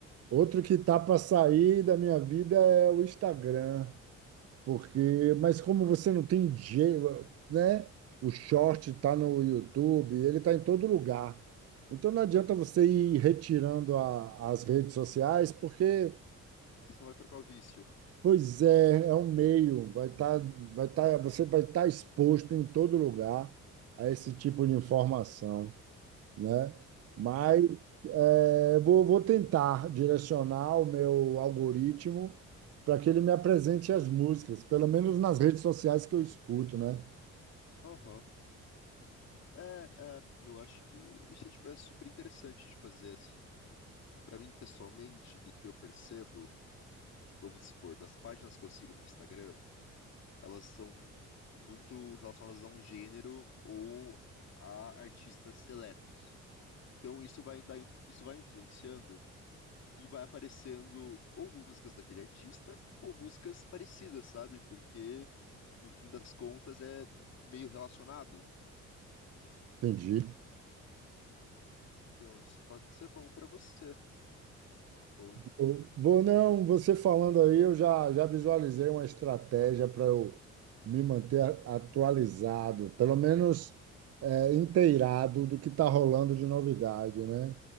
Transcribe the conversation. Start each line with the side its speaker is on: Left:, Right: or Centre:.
Right: outro que tá para sair da minha vida é o Instagram, porque, mas como você não tem jeito, né? O short tá no YouTube, ele tá em todo lugar. Então não adianta você ir retirando a- as redes sociais, porque
Left: Você só vai trocar o vício.
Right: Pois é, é um meio, vai estar, vai tá, você vai estar exposto em todo lugar a esse tipo de informação, né? Mas
Left: É.
Right: é, vou, vou tentar direcionar o meu algoritmo para que ele me apresente as músicas, pelo menos nas redes sociais que eu escuto, né?
Left: Aham. É, é, eu acho que isso, é, tipo, é super interessante de fazer, assim. Pra mim, pessoalmente, do que eu percebo, vamos supor, das páginas que eu sigo no Instagram, elas são muito relacionadas a um gênero ou a artistas seletos. Então isso vai dar, inf- isso vai influenciando e vai aparecendo ou músicas daquele artista ou músicas parecidas, sabe? Porque no fim das contas é meio relacionado.
Right: Entendi.
Left: Então isso pode ser bom pra você. Ou em-
Right: Eu Vou, não, você falando aí, eu já, já visualizei uma estratégia para eu me manter a- atualizado, pelo menos é, inteirado do que está rolando de novidade, né?